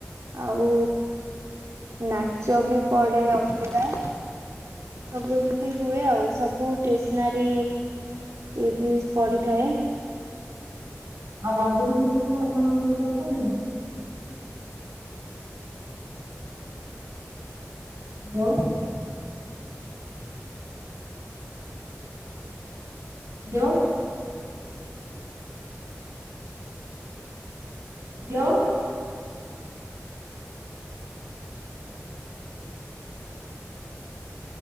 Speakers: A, on the right; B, on the right.
A: ଆଉ ନାଚ ବି ପଡେ ଅପେରା। ସବୁ ଏମିତି ହୁଏ ଆଉ ସବୁ ଟେସ୍ନାରୀ ଏ ବି ପଡିିଥାଏ।
B: ହଉ ବନ୍ଧୁବାନ୍ଧବ କିଏ ଆପଣଙ୍କ ଘରକୁ ଅସନ୍ତି ନା? ହ୍ୟାଲୋ। ହ୍ୟାଲୋ। ଲୋ